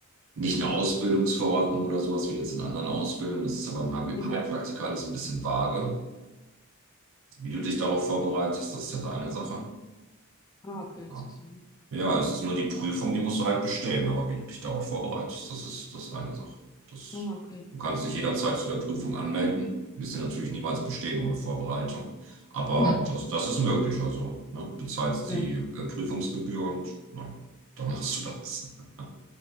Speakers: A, on the right; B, on the left.
A: nicht eine Ausbildungsverordnung oder sowas wie jetzt in anderen Ausbildungen. Das ist ja beim Heil-
B: Mhm.
A: Heilpraktiker alles ein bisschen vage. Wie du dich darauf vorbereitest, das ist ja deine Sache.
B: Ah, okay,
A: Ja.
B: das wusste ich nicht.
A: Ja, es ist nur die Prüfung, die musst du halt bestehen. Aber wie du dich darauf vorbereitest, das ist, das ist deine Sache. Das,
B: Ah, okay.
A: du kannst dich jederzeit zu der Prüfung anmelden. Wirst sie natürlich niemals bestehen ohne Vorbereitung. Aber
B: <laughs>
A: das, das ist möglich. Also, ne, bezahlst
B: Okay.
A: die äh, Prüfungsgebühr und na, dann machst du das. <laughs>